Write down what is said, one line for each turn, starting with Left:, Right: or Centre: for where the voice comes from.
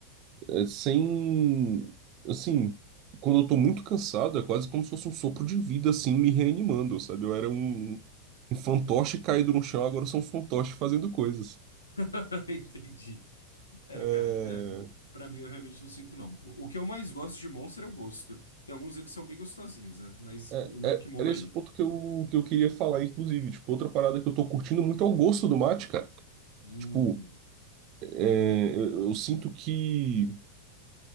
Right: é sem. Assim, quando eu tô muito cansado, é quase como se fosse um sopro de vida, assim, me reanimando, sabe? Eu era um, um fantoche caído no chão, agora eu sou um fantoche fazendo coisas.
Left: <laughs> Entendi. É,
Right: É,
Left: cara, é, pra mim eu realmente não sinto, não. O o que eu mais gosto de Monster é o gosto. Tem alguns eles são bem gostosinhos, né? Mas
Right: é-
Left: eu meio
Right: é-
Left: que morro
Right: era
Left: aí.
Right: esse o ponto que eu, que eu queria falar, inclusive. Tipo, outra parada que eu tô curtindo muito é o gosto do mate, cara.
Left: Hum.
Right: Tipo, é, eu eu sinto que.